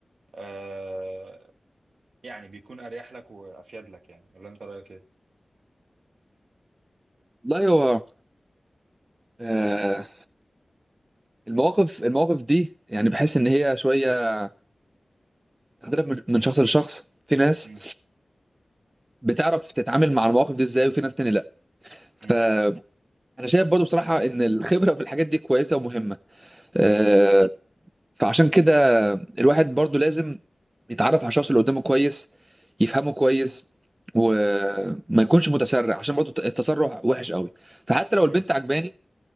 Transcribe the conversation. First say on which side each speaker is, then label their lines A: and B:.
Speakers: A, on the right (about 85°); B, on the right (about 25°).
A: آه، يعني بيكون اريح لك وافيد لك يعني ولا انت رايك ايه
B: والله هو آه، المواقف المواقف دي يعني بحس ان هي شويه تختلف من من شخص لشخص في ناس
A: مم.
B: بتعرف تتعامل مع المواقف دي ازاي وفي ناس تاني لا فانا
A: مم.
B: شايف برضو بصراحه ان الخبره في الحاجات دي كويسه ومهمه آه،
A: مم.
B: فعشان كده الواحد برضو لازم يتعرف على الشخص اللي قدامه كويس يفهمه كويس وما يكونش متسرع عشان برضو التسرع وحش قوي فحتى لو البنت
A: مم.
B: عجباني